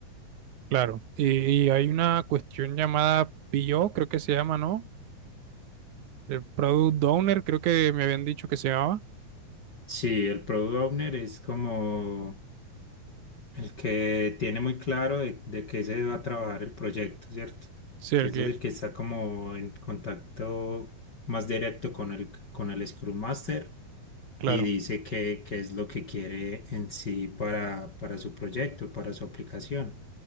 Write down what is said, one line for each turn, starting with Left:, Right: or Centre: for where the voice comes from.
Right: claro. Y, y hay una cuestión llamada PO, creo que se llama, ¿no? El Product Owner, creo que me habían dicho que se llamaba.
Left: Sí, el product owner es como el que tiene muy claro de, de qué se va a trabajar el proyecto, ¿cierto?
Right: Sí,
Left: Entonces
Right: el que,
Left: el que está como en contacto más directo con el, con el Scrum Master
Right: claro.
Left: y dice qué qué es lo que quiere en sí para, para su proyecto, para su aplicación,